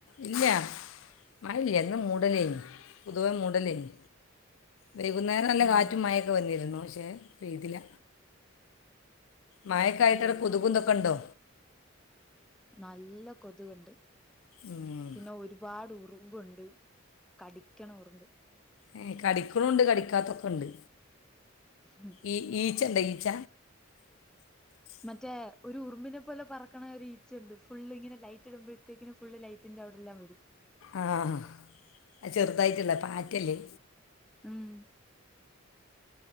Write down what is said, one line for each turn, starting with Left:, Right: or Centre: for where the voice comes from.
Left: ഇല്ല മഴയില്ല ഇന്ന് മൂടലേനു പൊതുവേ മൂടലേനിം വൈകുന്നേരം നല്ല
Centre: ആഹ്
Left: കാറ്റും മഴൊക്കെ വന്നിരുന്നു പക്ഷെ പെയ്തില്ല മഴൊക്കായിട്ടാടെ
Centre: അതെയോ
Left: കൊതുകും ഇതൊക്കെ ഉണ്ടോ
Centre: നല്ല കൊതുകുണ്ട്
Left: ഉം.
Centre: പിന്നെ ഒരുപാട് ഉറുമ്പുണ്ട് കടിക്കണ ഉറുമ്പ്
Left: ഏഹ് കടിക്കണുണ്ട് കടിക്കാത്തൊക്കെണ്ട്
Centre: ഉം
Left: ഈ ഈച്ചണ്ടോ ഈച്ച
Centre: മറ്റേ ഒരു ഉറുമ്പിനെ പോലെ പറക്കണ ഒരു ഈച്ച ഇണ്ട് ഫുളള് ഇങ്ങനെ ലൈറ്റ് ഇടുമ്പഴത്തേക്കും ഫുളള് ലൈറ്റ് റ്റിന്റെ അവിടെല്ലാം വരും
Left: ആഹ് ആ ചെറുതായിട്ടുള്ള പാറ്റയല്ലേ
Centre: മ്മ്